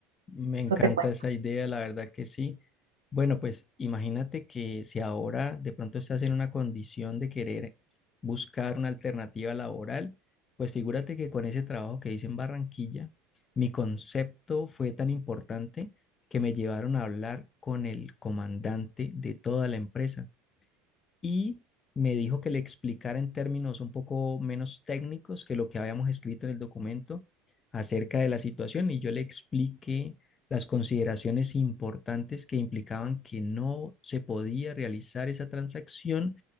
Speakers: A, on the left; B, on the right.
A: Me encanta
B: Eso te cuento.
A: esa idea, la verdad que sí. Bueno, pues imagínate que si ahora de pronto estás en una condición de querer buscar una alternativa laboral, pues figúrate que con ese trabajo que hice en Barranquilla, mi concepto fue tan importante que me llevaron a hablar con el comandante de toda la empresa. y me dijo que le explicara en términos un poco menos técnicos que lo que habíamos escrito en el documento acerca de la situación y yo le expliqué las consideraciones importantes que implicaban que no se podía realizar esa transacción,